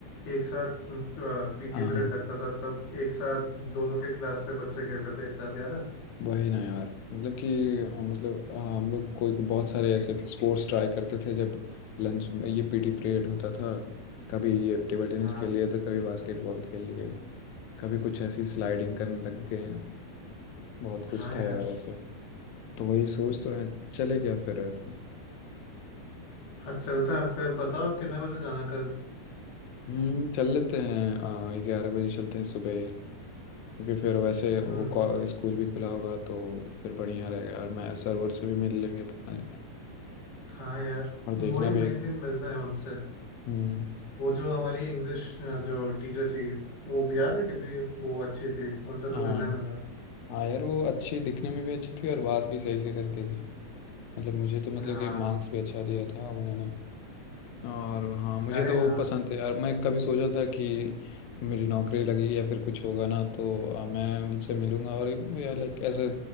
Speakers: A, on the left; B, on the left.
A: एक साथ पीटी
B: हाँ
A: पीरियड
B: हाँ
A: लगता था तब एक साथ दोनों के क्लास से बच्चे खेलते थे एक साथ याद है
B: वही ना यार मतलब कि अ, मतलब अ, हम लोग कोई कोई बहुत सारे ऐसे स्पोर्ट्स ट्राई करते थे जब लंच में ये पीटी पीरियड होता था कभी ये टेबल टेनिस
A: हाँ
B: खेल लिए तो कभी बास्केटबॉल खेल लिए कभी कुछ ऐसी स्लाइडिंग करने लग गए बहुत
A: हाँ
B: कुछ
A: यार
B: था यार ऐसे तो वही सोच तो रहे हैं चले क्या फिर ऐसे
A: हाँ चलता है फिर बताओ कितने बजे जाना कल
B: हम्म चल लेते हैं ग्यारह बजे चलते हैं सुबह ही क्योंकि फिर वैसे
A: हम्म
B: वो को- स्कूल भी खुला होगा तो फिर बढ़िया रहेगा और मैं सरवर से भी मिल लेंगे पुराने
A: हाँ यार
B: और देखना
A: वही मेनली
B: भी
A: मिलना है उनसे
B: हम्म
A: वो जो हमारी इंग्लिश जो टीचर थी वो भी याद है कितनी वो अच्छी थी उनसे तो
B: हाँ
A: मिलना ही मिलना है।
B: हाँ यार वो अच्छी दिखने में भी अच्छी थी और बात भी सही से करती थी मतलब मुझे तो मतलब
A: हाँ
B: कि मार्क्स भी अच्छा दिया था उन्होंने और हाँ मुझे
A: अरे
B: तो
A: हाँ
B: वो पसंद थे यार मैं कभी सोचा था कि मेरी नौकरी लगेगी या फिर कुछ होगा ना तो आ, मैं उनसे मिलूंगा और या लाइक एज ए